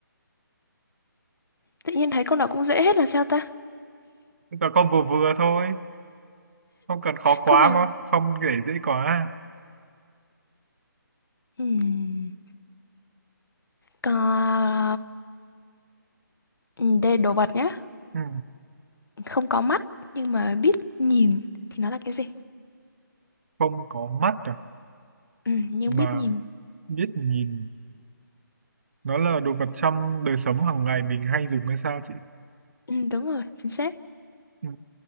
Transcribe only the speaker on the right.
nó con vừa vừa thôi không cần khó quá
mà không để dễ quá à.
ừ.
không có mắt à
mà
biết nhìn nó là đồ vật trong đời sống hàng ngày mình hay dùng hay sao chị
ừ.